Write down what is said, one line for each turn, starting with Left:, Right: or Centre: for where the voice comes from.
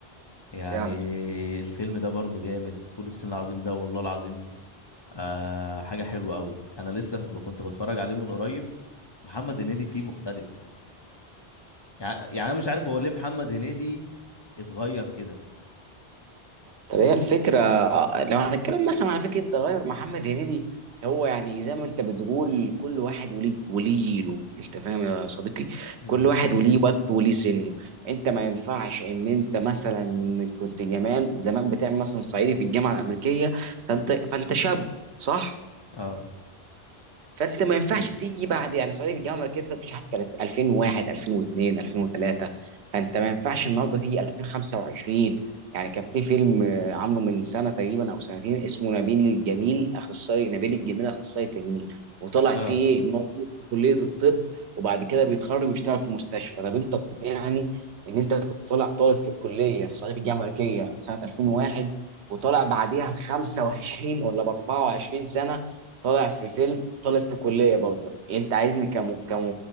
Left: يعني
Right: فعلا
Left: الفيلم ده برضه جامد فول الصين العظيم ده والله العظيم آه حاجة حلوة قوي انا لسه ب- كنت بتفرج عليه من قريب محمد هنيدي فيه مختلف يع- يعني انا مش عارف هو ليه محمد هنيدي اتغير كده
Right: طب هي الفكرة لو هنتكلم مثلا على فكرة تغير محمد هنيدي هو يعني زي ما انت بتقول كل واحد وليه وليه جيله انت فاهم يا صديقي
Left: امم
Right: كل واحد وليه وقته وليه سنه انت ما ينفعش ان انت مثلا كنت زمان زمان بتعمل مثلا صعيدي في الجامعة الأمريكية فانت فانت شاب صح
Left: اه
Right: فانت ما ينفعش تيجي بعد يعني صعيدي في الجامعه الامريكيه ده مش عارف 2001 2002 2003 فانت ما ينفعش النهارده تيجي 2025 يعني كان في فيلم آه، عامله من سنه تقريبا او سنتين اسمه نبيل الجميل اخصائي نبيل الجميل اخصائي تجميل وطلع
Left: اه
Right: فيه ايه ان هو في كليه الطب وبعد كده بيتخرج ويشتغل في مستشفى طب انت يعني ان انت كنت طالع طالب في الكليه في صعيدي في الجامعه الامريكيه سنه 2001 وطالع بعديها ب 25 ولا ب 24 سنه طالع في فيلم طالب في كليه برضه إيه، انت عايزني كم... كم...